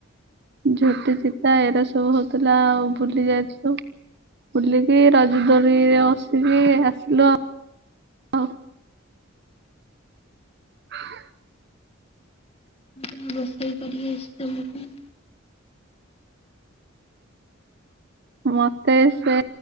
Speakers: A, on the right (about 55°); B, on the left (about 30°).
A: ଝୋଟି ଚିତା ଏଇରା ସବୁ ହଉଥିଲା ଆଉ ବୁଲି ଯାଇଥିଲୁ। ବୁଲିକି ରଜଦୋଳିରେ ବସିକି ଆସିଲୁ ଆଉ। ହ। ହଁ।
B: କଣ ରୋଷେଇ କରି ଆସିଛି ତମକୁ?
A: ମୋତେ ସେ